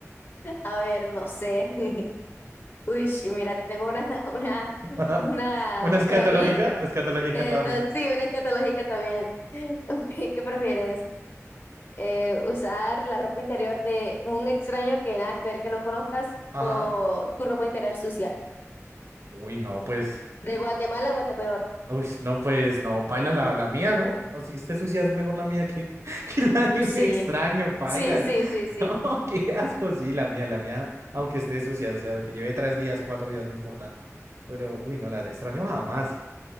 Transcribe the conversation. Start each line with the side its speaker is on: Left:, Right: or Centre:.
Left: a ver, no sé. <laughs> Uy, mira, te tengo una, <laughs> una,
Right: <laughs>
Left: una,
Right: ¿Una escatológica?
Left: para mí,
Right: Escatológica
Left: eh,
Right: también.
Left: no, sí, una escatológica también. <laughs> ¿Qué prefieres? Eh, ¿usar la ropa interior de un extraño que nada que ver que no conozcas
Right: Ajá.
Left: o tu ropa interior sucia?
Right: Uy, no, pues.
Left: De Guatemala a Guatepeor.
Right: Uy, no, pues, no, paila la, la mía, ¿no? O si esté sucia es mejor la mía que, <laughs> que la de
Left: Uy,
Right: un
Left: sí,
Right: extraño, paila.
Left: sí, sí,
Right: <laughs>
Left: sí, sí,
Right: No, qué asco, sí, la mía, la mía, aunque esté sucia, o sea, que lleve tres días, cuatro días, no importa. Pero, uy, no, la del extraño jamás.